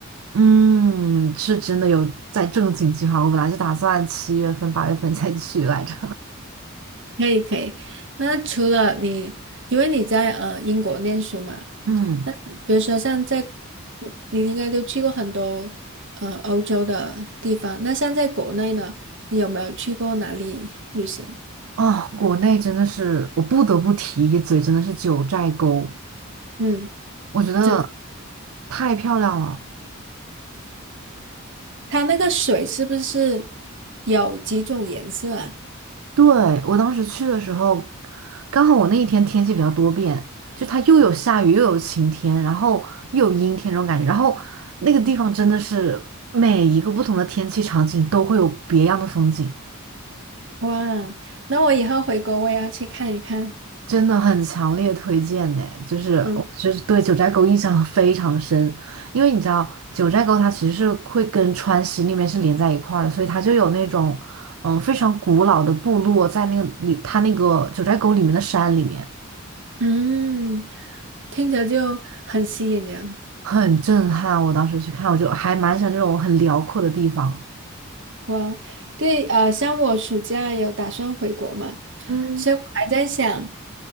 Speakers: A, on the right; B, on the right.
A: 嗯，是真的有在正经计划，我本来就打算七月份、八月份再去来着。
B: 可以可以，那除了你，因为你在呃英国念书嘛，
A: <laughs> 嗯，
B: 那比如说像在你你应该都去过很多呃欧洲的地方，那像在国内呢，你有没有去过哪里旅行？
A: 啊，国内真的是我不得不提一嘴，真的是九寨沟，
B: 嗯，
A: 我觉得
B: 就
A: 太漂亮了。
B: 它那个水是不是有几种颜色啊？
A: 对，我当时去的时候，刚好我那一天天气比较多变，就它又有下雨，又有晴天，然后又有阴天这种感觉。然后那个地方真的是每一个不同的天气场景都会有别样的风景，
B: 哇，那我以后回国我也要去看一看。
A: 真的很强烈推荐呢。就是我就是对九寨沟印象非常深，
B: 嗯
A: 因为你知道九寨沟它其实是会跟川西那边是连在一块儿的，所以它就有那种嗯非常古老的部落在那个里，它那个九寨沟里面的山里面。
B: 嗯，听着就很吸引人。
A: 很震撼。我当时去看，我就还蛮喜欢这种很辽阔的地方。
B: 哇哦，对，呃，像我暑假有打算回国嘛，
A: 嗯，
B: 所以我还在想，